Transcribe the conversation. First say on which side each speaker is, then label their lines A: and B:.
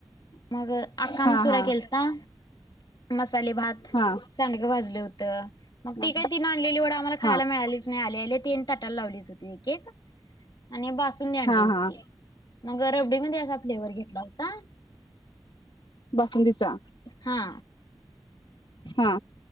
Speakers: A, on the left (about 55°); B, on the left (about 75°).
A: मग आका
B: हा
A: मसुरा
B: हा
A: केलाता मसाले भात
B: हा
A: सांडगं भाजले होतं मग
B: हा
A: ती काही तीन आणलेली वड आम्हाला खायला
B: हा
A: मिळालीच नाही. आली ती ताटात लावलीच होती केक आणि बासुंदी आणली
B: हा
A: होती
B: हा
A: मग रबडीमध्ये असा फ्लेवर्हर घेतला होता
B: बसंलीस चा
A: हा
B: हा